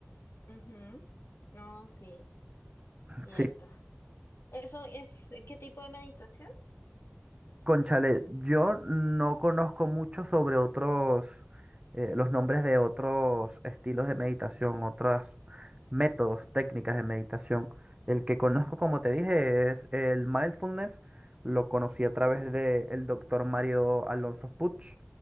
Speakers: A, on the left (about 85°); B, on the right (about 30°).
A: Ujú, No, sí, cierto.
B: Sí.
A: ¿Eso es eh, qué tipo de meditación?
B: Conchale, yo no conozco mucho sobre otros, eh, los nombres de otros estilos de meditación, otros métodos, técnicas de meditación. El que conozco, como te dije, es el mindfulness. Lo conocí a través del doctor Mario Alonso Puig,